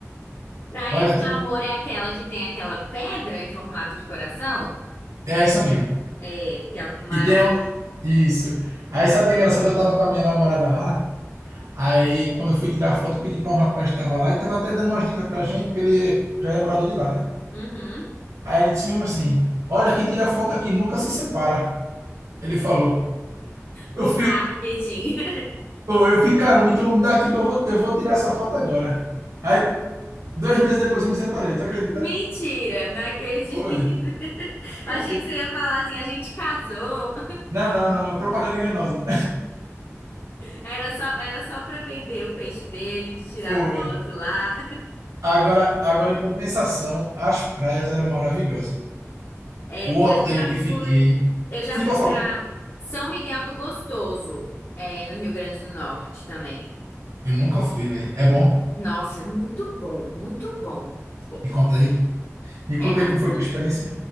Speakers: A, on the left; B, on the right.
A: Praia
B: Olha,
A: do
B: tu não-
A: Amor é aquela que tem aquela pedra em formato de coração?
B: é essa mesmo.
A: É, que é o maior.
B: E tem o- isso. Aí sabe o que é engraçado? Eu tava com a minha namorada lá. Aí quando eu fui tirar a foto, eu pedi para um rapaz que estava lá e tava até dando umas dicas pra gente, porque ele é, já é morador de lá, né?
A: Uhum.
B: Aí ele disse mesmo assim: "Olha, quem tira foto aqui nunca se separa". Ele falou.
A: O
B: Eu fico,
A: marketing. <laughs>
B: eu fico, caramba, então me dá aqui que eu vou, eu vou tirar essa foto agora. Aí, dois meses depois eu me separei, tu acredita?
A: Mentira, não acredito.
B: Foi.
A: <laughs> Achei
B: Eu fui.
A: que você ia falar assim, a gente casou.
B: Não, não, não, propaganda enganosa.
A: Era só, era só para vender o peixe dele, de tirar
B: <laughs> Foi.
A: foto lá.
B: Agora, agora, em compensação, as praias eram maravilhosas.
A: É,
B: O hotel
A: eu já
B: que fiquei.
A: fui, eu já
B: Sim,
A: fui
B: pode
A: para
B: falar.
A: São Miguel do Gostoso, é, no Rio Grande do Norte também.
B: Eu nunca fui, velho. É bom?
A: Nossa, é muito bom, muito bom. Bom,
B: Me conta aí. Me conta
A: é
B: aí como foi tua experiência.